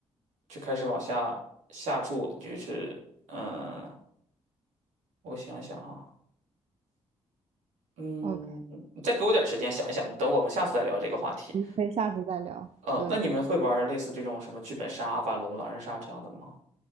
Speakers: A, on the right (about 85°); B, on the right (about 60°).
A: 就开始往下下注，就是嗯，我想想哈，嗯，
B: OK，
A: 你再给我点时间想一想，等我们下次再聊这个话题。
B: 我们可以下次再聊。
A: 嗯，
B: 对，
A: 那你们会玩类似这种什么剧本杀、阿瓦隆、狼人杀这样的吗？